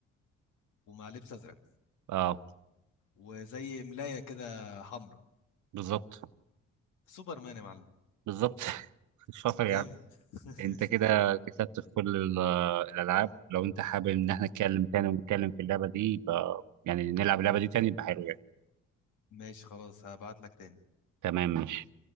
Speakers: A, on the left; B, on the right.
A: ومع لبس ازرق
B: اه
A: وزي ملاية كده حمراء
B: بالظبط
A: سوبر مان يا معلم
B: بالظبط <laughs> شاطر
A: جامد
B: يعني
A: <laughs>
B: انت كده كسبت في كل ال- الالعاب لو انت حابب ان احنا نتكلم تاني ونتكلم في اللعبه دي يبقى يعني نلعب اللعبه دي تاني يبقى حلو يعني
A: ماشي خلاص هبعت لك تاني
B: تمام ماشي